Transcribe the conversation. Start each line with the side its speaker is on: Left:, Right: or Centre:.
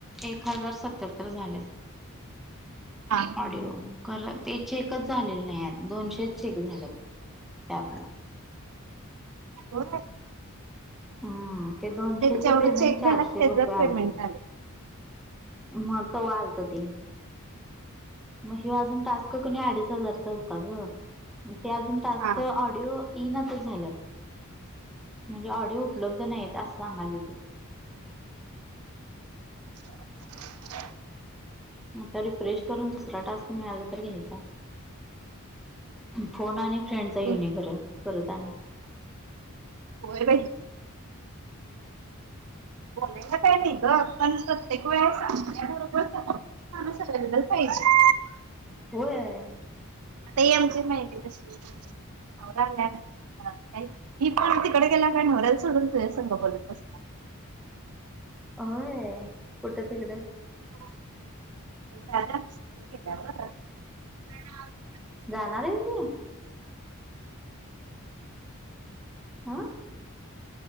Centre: एक हजार सत्यात्तर झाल्या
Right: हा
Centre: ऑडिओ. खरं ते चेकच झालेले नाही आहेत दोनशेच चेक झाले त्या आपलं.
Right: हो.
Centre: हम्म ते दोनशेच
Right: जेवढं
Centre: पेमेंट
Right: चेक
Centre: चारशे
Right: झालं त्याच
Centre: रुपये
Right: पेमेंट
Centre: आलेत.
Right: आलंय
Centre: मग त वाढतं ते. मग हे अजून टास्क कोणी अडीच हजारचा होता ग मग ते अजून टास्क
Right: हा
Centre: ऑडिओ. इईनातच झाल्यात म्हणजे ऑडी उपलब्ध नाहीत असं सांगायला ते.
Right: ह.
Centre: तर रिफ्रेश करून दुसरा टास्क मिळाला तर घ्यायचा. फोन आ आणि फ्रेंड
Right: ठीक
Centre: येईल
Right: आहे
Centre: परत आणि
Right: होय <inaudible> बोलेला काय नाही ग पण ते वेळे सांगल्याबरोबर सर् माणूस अवेलेबल पाहिजे.
Centre: होय
Right: आता आमची माहिती कशील्या ह का ही पण तिकडे गेला कायवयला सोडून तू हे सग बोलत बस.
Centre: होय कुठं तिकडं.
Right: एव
Centre: जाणार आहेत काय? हम